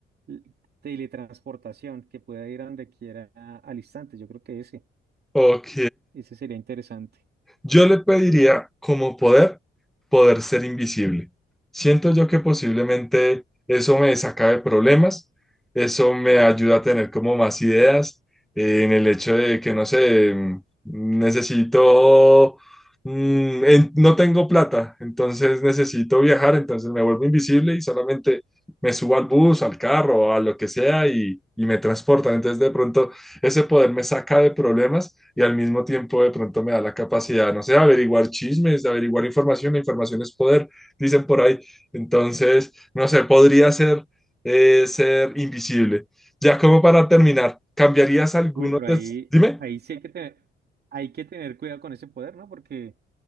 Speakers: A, on the right; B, in the centre.
A: l- teletransportación, que pueda ir a donde quiera al instante. Yo creo que ese,
B: Ok.
A: ese sería interesante.
B: Yo le pediría como poder, poder ser invisible. Siento yo que posiblemente eso me saca de problemas, eso me ayuda a tener como más ideas eh, en el hecho de que, no sé, mm, necesito, mm, en- no tengo plata, entonces necesito viajar, entonces me vuelvo invisible y solamente me subo al bus, al carro, a lo que sea y, y me transportan. Entonces de pronto ese poder me saca de problemas y al mismo tiempo de pronto me da la capacidad, no sé, de averiguar chismes, de averiguar información, la información es poder, dicen por ahí. Entonces, no sé, podría ser, eh, ser invisible. Ya como para terminar, ¿cambiarías alguno?
A: Uy, pero
B: de-
A: ahí,
B: Dime.
A: ahí sí hay que tener, hay que tener cuidado con ese poder, ¿no? Porque